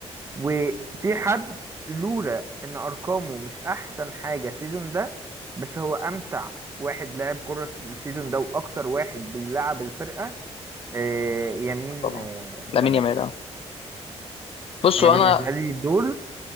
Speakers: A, on the right (about 25°); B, on the left (about 55°).
A: وفي حد لولا ان ارقامه مش احسن حاجه السيزون ده بس هو امتع واحد لعب كرة السيزون ده واكتر واحد بيلعب الفرقه آه، يمين
B: طبعا
A: آه،
B: لامين
A: لمال
B: يامال اه بصوا
A: انا بالنسبه
B: انا
A: لي دول